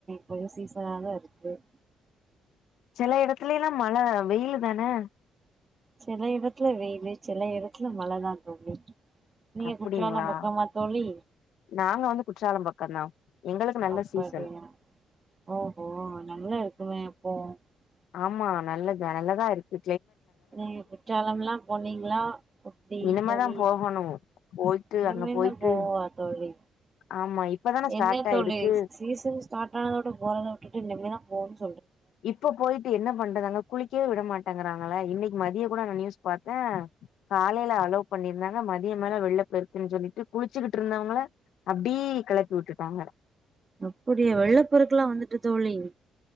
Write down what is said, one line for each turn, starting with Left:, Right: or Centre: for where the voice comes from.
Right: கொஞ்ச சீசன தா இருக்கு உம்
Left: சில எடத்லியெல்லாம் மழ வெயிலு தானே
Right: சில இடதுல வெயிலு சில இடதுல மழதா தோலி நீங்க
Left: அப்டிங்களா
Right: குச்சலா பக்கமா தோலி
Left: நாங்க வந்து குற்றாலம் பக்கந்தா எங்களுக்கு நல்ல
Right: அப்டியா
Left: சீசன்
Right: ஓஹோ நல்லா இருக்குமே போ <unintelligible>
Left: ஆமா நல்லது நலதா இருகு
Right: நீங்க குற்றாலலாம் போனீங்களா எப்டி
Left: இனிமேதா
Right: தோலி
Left: போகணு போயிட்டு
Right: இனிமே
Left: அங்க போயிட்டு
Right: தா போவா தோலி
Left: ஆமா இப்பதான ஸ்டார்ட்
Right: என்ன தோலி
Left: ஆயிருக்கு
Right: சீசன் ஸ்டார்ட் ஆனத விட போறத விட்டுடு இனிமேதா போ <unintelligible>
Left: இப்ப போயிட்டு என்ன பண்றதுனா குளி க்கவெ வி மாட்டேங்கறாங்களே இன்னிக் மதிய கூட நா நியூஸ் பாத்தே காலையில அலோ பண்ணியிருந்தாங்க மதிய மேல வெள்ள பெருக்குன் சொல்லிட்டு குளிச்சுகிட்டு இருந்தவங்கள அப்டீ கிளப் வுட்டுட்டாங்க
Right: அப்டியா வெள்ளபெருக்குளா வந்துட்டு தோழி